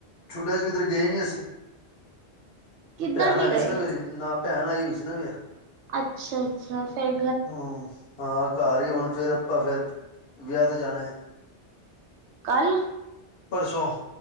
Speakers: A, on the left; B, on the right.
A: ਛੂਟੀਆ ਚ ਕਿਦਰੇ ਗਏ ਨੀ ਅਸੀ,
B: ਕਿੱਧਰ
A: ਭੈਨ
B: ਨੀ
A: ਆਗੀ
B: ਗਏ
A: ਸੀ ਨਾ ਮੇਰੀ ਨਾ ਭੈਣ ਆਈ ਹੋਈ ਸੀ ਨਾ ਫੇਰ।
B: ਅੱਛ। ਅੱਛਾ, ਅੱਛਾ ਫੇਰ
A: ਹੂੰ, ਹਾਂ ਘਰ ਈ ਹੁਣ ਫੇਰ, ਆਪਾਂ ਫੇਰ ਵਿਆ ਤੇ ਜਾਣੈ।
B: ਕਾੱਲ?
A: ਪਰਸੋਂ